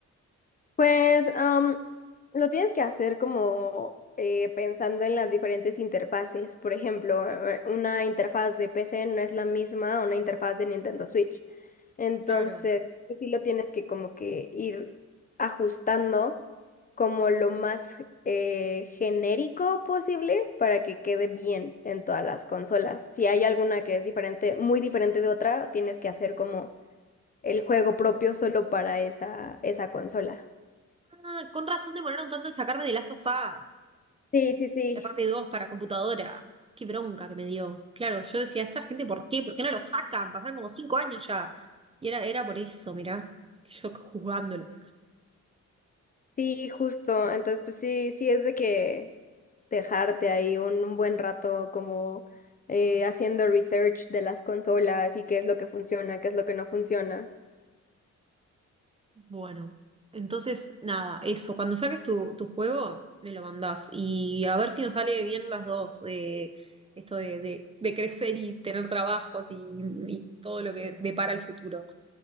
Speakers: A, on the left; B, on the right.
A: Pues am, lo tienes que hacer como eh, pensando en las diferentes interfaces. Por ejemplo, eh, una interfaz de PC no es la misma a una interfaz de Nintendo Switch. Entonces,
B: Claro.
A: pues sí lo tienes que como que ir ajustando como lo más eh, genérico posible para que quede bien en todas las consolas. Si hay alguna que es diferente, muy diferente de otra, tienes que hacer como el juego propio solo para esa, esa consola.
B: Ah, con razón demoraron tanto en sacarme de Last of Us,
A: Sí, sí, sí,
B: la parte 2 para computadora. Qué bronca que me dio. Claro, yo decía, ¿esta gente por qué? ¿Por qué no lo sacan? Pasaron como cinco años ya. Y era, era por eso, mirá, yo juzgándolos.
A: sí, justo. Entonces, pues sí, sí es de que dejarte ahí un, un buen rato como eh, haciendo research de las consolas y qué es lo que funciona, qué es lo que no funciona.
B: Bueno, entonces nada, eso, cuando saques tu, tu juego, me lo mandás y a ver si nos sale bien las dos, eh, esto de, de- de crecer y tener trabajos y, y todo lo que depara el futuro.